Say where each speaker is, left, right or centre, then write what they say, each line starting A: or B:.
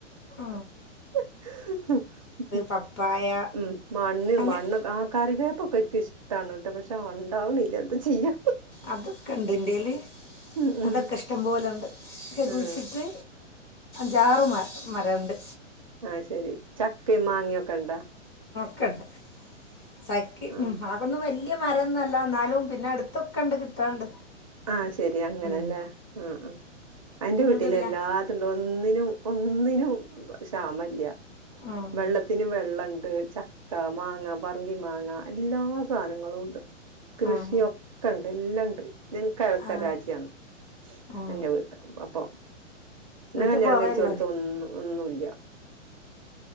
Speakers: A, on the left; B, on the right.
A: അ
B: <inaudible> ഉ മ്
A: പപ്പായ
B: മണ്ണ്
A: അങ്ങനെ
B: മണ്ണൊക്കെ ആ കറിവേപ്പ് ഒകെ ക്ക് ഇ തണൂട്ട് പക്ഷെ ആ ഉണ്ടാവണില്ല എന്താ ചെയ്യാ
A: അത് ഒകെ ഇണ്ട് ഇന്റെ ല്
B: ഉം ഉം
A: അതൊക്കെ ഇഷ്ടംപോലെണ്ട് <unintelligible> കുഴിച്ചിട്ട്
B: ആഹ്
A: ജാറു മ മരണ്ട്
B: അ ശെരി ചക്കയും മാങ്ങ ഒക്കെ ഇണ്ടാ
A: ഒക്കണ്ട് ചക്കി
B: ആഹ്
A: ആഹകെ വല്യ മരം ഒന്നല്ല ഇ പിന്നെ അടുത്തൊക്കെ ഇണ്ട് കിട്ടാണ്ട്
B: ആഹ ശെരി അങ്ങനെല്ല
A: ഉം,
B: ഉ ഉ
A: ബുദ്ധിമുട്ടില്ല
B: എന്റെ വീട്ടില് എല്ലാതുണ്ട് ഒന്നിനും ഒന്നിനു ക്ഷാമല്ല
A: ഉം,
B: വെള്ളത്തിന് വെള്ളുണ്ട് ചക്ക മാങ്ങ പറങ്കി മാങ്ങ എല്ലാ സാധനങ്ങളും ഉണ്ട് കൃഷിയൊക്കെ
A: ഉം,
B: ഉണ്ട് എല്ലാംണ്ട് നിന കിഴക്ക
A: ആ,
B: രാജ്യാണ്
A: ആ.
B: എന്റെ വീട് അപ്പൊ എന്നാ
A: വീട്ടിൽ
B: കല്യാണം
A: പോവേല്ലേ
B: കഴച്ച കൊടുത്ത ഒന്നും ഒന്നുംല്ല